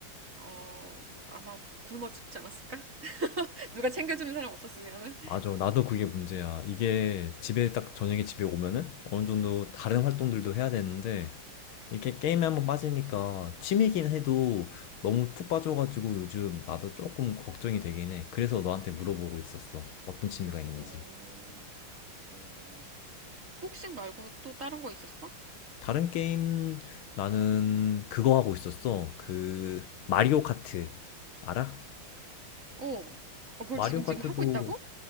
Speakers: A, on the right; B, on the left.
A: 어 아마 굶어 죽지 않았을까? <laughs> 누가 챙겨주는 사람 없었으면은.
B: 맞아. 나도 그게 문제야. 이게 집에 딱 저녁에 집에 오면은 어느 정도 다른 활동들도 해야 되는데 이렇게 게임에 한번 빠지니까 취미긴 해도 너무 푹 빠져가지고 요즘 나도 조금 걱정이 되긴 해. 그래서 너한테 물어보고 있었어. 어떤 취미가 있는지.
A: 어, 어 복싱 말고 또 다른 거 있었어?
B: 다른 게임 나는 그거 하고 있었어. 그 마리오 카트 알아?
A: 어, 어, 그걸
B: 마리오
A: 지금
B: 카트도
A: 지금 하고 있다고?